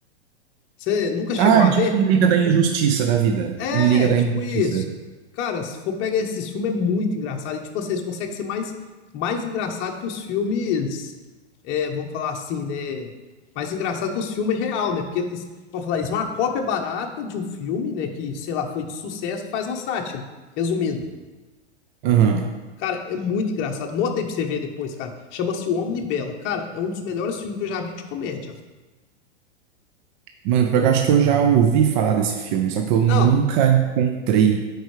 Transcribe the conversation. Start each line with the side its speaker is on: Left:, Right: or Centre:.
Left: Você nunca chegou
Right: Ah,
Left: a
Right: é tipo
Left: ver?
Right: um Liga da Injustiça da vida.
Left: É,
Right: Um Liga da
Left: tipo
Right: Injustiça.
Left: isso. Cara, se for pegar esses filmes, é muito engraçado. E, tipo, vocês conseguem ser mais, mais engraçado que os filmes, é, vamos falar assim, né? Mais engraçado que os filmes real, né? Porque eles, vamos falar isso, é uma cópia barata de um filme, né? Que, sei lá, foi de sucesso, que faz uma sátira. Resumindo.
Right: Aham.
Left: Cara, é muito engraçado. Nota aí pra você ver depois, cara. Chama-se O Homem Bela. Cara, é um dos melhores filmes que eu já vi de comédia.
Right: Mano, porque eu acho que eu já ouvi falar desse filme, só que eu nunca
Left: Não,
Right: encontrei.